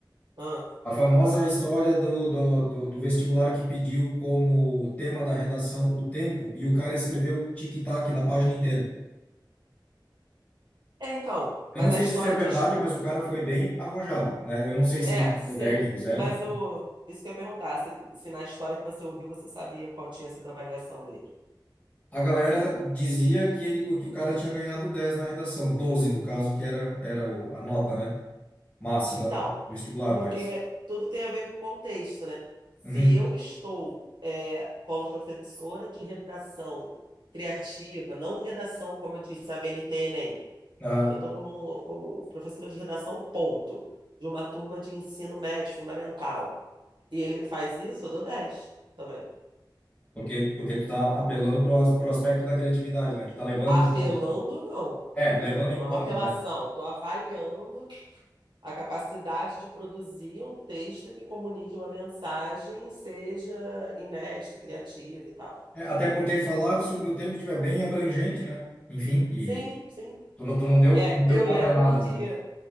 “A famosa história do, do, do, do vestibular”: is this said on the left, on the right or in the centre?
Left